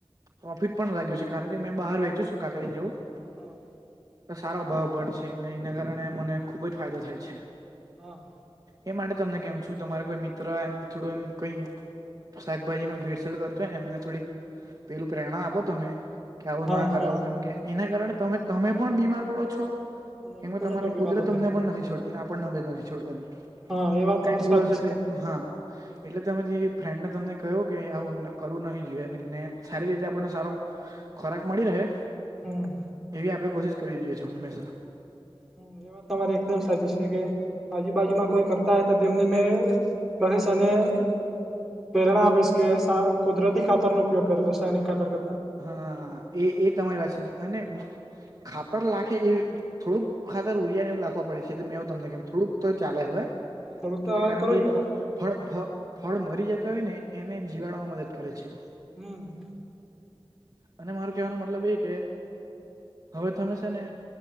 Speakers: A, on the right; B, in the centre.
A: પ્રોફિટ પણ લ્યું છે કારણ કે મેં બહાર વેચ્યું છું કાકડીનેવું
B: હા
A: તો સારો ભાવ પણ છે ને એના કારણે મને ખુબ જ ફાયદો થાય છે.
B: હા
A: એ માટે તમને કેમ છું તમારે કોઈ મિત્ર એમ થોડું એમ કઈ શાકભાજીમાં ભેળસેળ કરતોય એમને થોડીક પેલું પ્રેરણા આપો તો તમે. કે આવું
B: હા
A: ના કરાવું
B: હા
A: કેમ કે એના કારણે તમે તમે પણ બીમાર પડો છો
B: અને
A: કેમ
B: લોકોને
A: કે તમાને
B: પણ બીમાર
A: કુદરત
B: પડે
A: તમને પણ નથી છોડતીને નથી છોડવાની.
B: હા એ વાત
A: કઈ
B: તમારી
A: ભૂલશે
B: સાચી છે
A: તે હા એટલે તમે જે ફ્રેન્ડને તમને કહ્યો કે આવું કરવું નહીિ જોઈએને સારી રીતે આપણને સારો ખોરાક મળી રહે
B: હમ્મ.
A: એવી આપડણે કોશિશ કરવી જોઈએ છીએ હંમેશા.
B: હમ એ વાત તમારે એકદમ સાચી છે કે આજુબાજુમાં કોઈ કરતા હોય તો તેમને મેં <unintelligible> પ્રેરણા આપીશ કુદરતી ખાતરનો ઉપયોગ કર રાસાયણિક ખાતર્
A: હા એ એ તમારી પાછ અને ખાતર લાખે એ થોડુંક ખાર ઉરિયા ને એવું લખવા પડે છે મે એવ તમને કેમ થોડુંક તો ચાલે હવે.
B: હા થોડુંક
A: કેમ
B: તો હવે
A: કારણ
B: કરવું
A: કે
B: જ પડે
A: ફળ ફ ફળ મરી જતા હોય ને એને જીવાડવામાં મદદ કરે છે.
B: હમ્મ.
A: અને મારો કેહેવાનો મતલબ એ કે હવે તમે છે ને